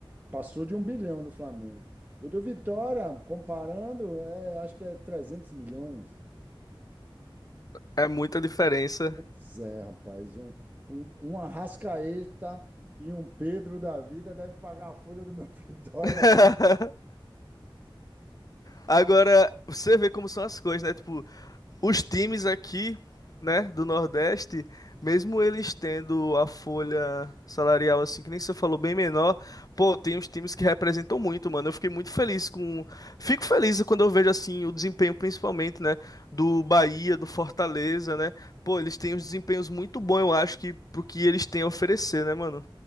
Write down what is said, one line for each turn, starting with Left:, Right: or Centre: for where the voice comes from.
Right: Passou de um bilhão do Flamengo. O do Vitória, comparando, é, acho que é trezentos milhões.
Left: é muita diferença.
Right: Pois é, rapaz. Um, um, um Arrascaeta e um Pedro da vida deve pagar a folha do meu <laughs> Vitória.
Left: <laughs> Agora, você vê como são as coisas, né? Tipo, Os times aqui, né, do Nordeste, mesmo eles tendo a folha salarial, assim, que nem você falou, bem menor, pô, tem uns times que representam muito, mano. Eu fiquei muito feliz com. Fico feliz quando eu vejo, assim, o desempenho, principalmente, né, do Bahia, do Fortaleza, né. Pô, eles têm uns desempenhos muito bons, eu acho, que pro que eles têm a oferecer, né, mano?